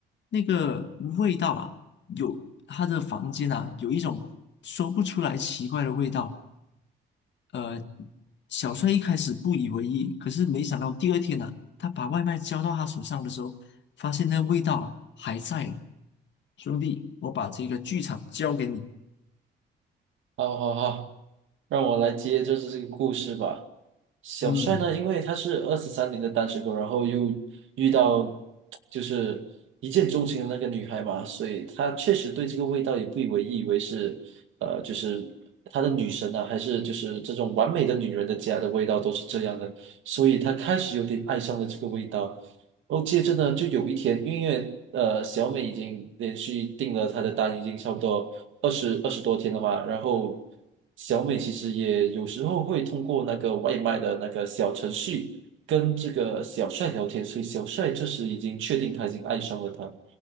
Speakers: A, on the left (about 65°); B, on the right (about 75°).
A: 那个味道啊，有他的房间啊，有一种说不出来奇怪的味道。呃，小帅一开始不以为意，可是没想到第二天呢、他把外卖交到他手上的时候，发现那个味道还在。兄弟，我把这个剧场交给你。
B: 好好好。让我来接就是这个故事吧。小帅呢，
A: 嗯
B: 因为他是二十三年的单身狗，然后又遇到就是一见钟情的那个女孩嘛，所以他确实对这个味道也不以为意，以为是呃，就是他的女神啊，还是就是这种完美的女人的家的味道都是这样的，所以他开始有点爱上了这个味道。哦，接着呢，就有一天，因为呃，小美已经连续订了他的单，已经差不多二十二十多天了嘛。然后小美其实也有时候会通过那个外卖的那个小程序跟这个小帅聊天，所以小帅这时已经确定他已经爱上了她。然